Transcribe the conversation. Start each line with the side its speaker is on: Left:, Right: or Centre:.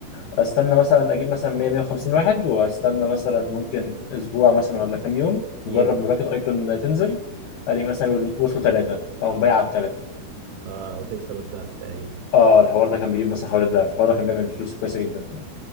Left: استنى مثلا اجيب مثلا 100 150 واحد واستنى مثلا ممكن اسبوع مثلا ولا كام يوم
Right: يغلو
Left: مجرد ما باكت ايكون تنزل الاقي مثلا وصلوا ثلاثه او مبيع على الثلاثه
Right: اه وتكسب الضعف تقريبا
Left: اه الحوار ده كان بيجيب مثلا حوالي الضعف الحوار ده كان بيعمل فلوس كويسه جدا طبعا